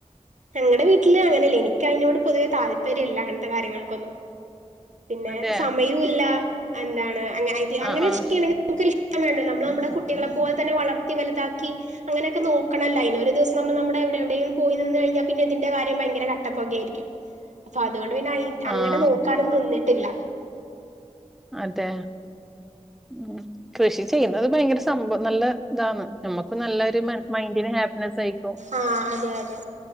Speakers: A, on the right; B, in the centre.
A: ഞങ്ങളടെ വീട്ടില് അങ്ങനെയല്ല എനിക്കയ്നോട് പൊതുവേ താല്പര്യല്ല അങ്ങനത്തെ കാര്യങ്ങൾക്കൊന്നും പിന്നെ
B: അതെ
A: സമയല്ല എന്താണ് അങ്ങനെ
B: ആഹ് ആഹ്
A: ചെയ്യണമെങ്ക <unintelligible> നമുക്ക <unintelligible> ഇഷ്ട വേണ്ട <unintelligible> <inaudible> കുട്ടികളെ പോലെ തന്നെ വളർത്തി വലുതാക്കി അങ്ങനെയൊക്കെ നോക്കണല്ലൊ അയ്നെഒരു ദിവസം നമ്മ നമ്മടെ എവിടെ എവിടെ പോയി നിന്ന് കഴിഞ്ഞാൽ പിന്നെ ഇതിന്റെ കാര്യം ഭയങ്കര കട്ടപ്പൊകെ ആയിരിക്കും ഫ അതോണ്ട് പിന്നെ അയ് അങ്ങനെ
B: ആഹ്
A: നോക്കാണുന്നിന്ന് ട്ടില്ല
B: അതെ ഉം കൃഷി ചെയ്യുന്നത് ഭയങ്കര സംഭവ നല്ല ഇതാണ് നമുക്ക് നല്ലരു മൈന്ഡിന് ഹാപ്പിനെസ്സ് ആയിക്കും
A: ആ അതെ അതെ